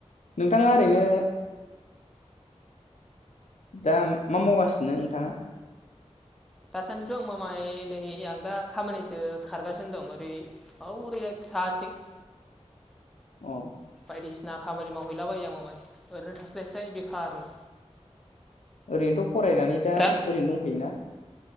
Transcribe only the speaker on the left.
नोंथाङा ओरैनो दा मा मावगासिनो नोंथाङा
अ
ओरैनोथ फरायनानै दा
ओरैनो दंथोयोना